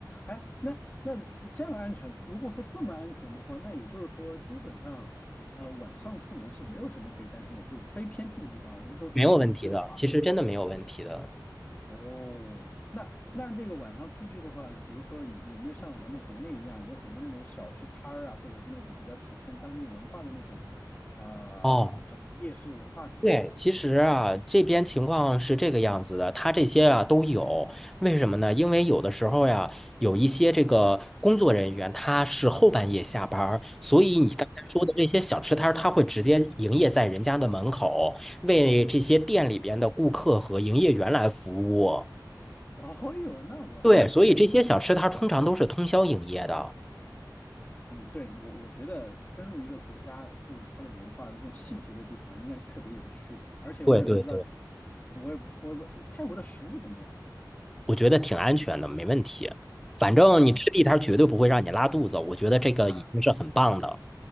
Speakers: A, on the left; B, in the centre.
A: 哎。哎那那这样安全，如果说这么安全的话，那也就是说，基本上，呃，晚上出门是没有什么可以担心的，就非偏僻的地方，我就说主城区的话，
B: 没有问题的。其实真的没有问题的。
A: 哦，那那这个晚上出去的话，比如说有有没有像咱们国内一样，有很多那种小吃摊儿啊，或者是那种比较体现当地文化的那种，呃，
B: 哦，
A: 叫什么夜市文化之类的。
B: 对，其实啊，这边情况是这个样子的，他这些啊都有。为什么呢？因为有的时候呀，有一些这个工作人员他是后半夜下班儿所以你刚才说的这些小吃摊儿他会直接营业在人家的门口，为这些店里边的顾客和营业员来服务。
A: 哦哟，那我还是挺感。
B: 对，所以这些小吃摊儿通常都是通宵营业的。
A: 嗯，对，我我觉得深入一个国家，就它的文化的这种细节的地方，应该是特别有趣的。而且我也不知道，
B: 对对对，
A: 我也不我也不泰国的食物怎么样啊？
B: 我觉得挺安全的，没问题。反正你吃地摊儿绝对不会让你拉肚子，
A: 啊，
B: 我觉得这个已经是很棒的。
A: <laughs>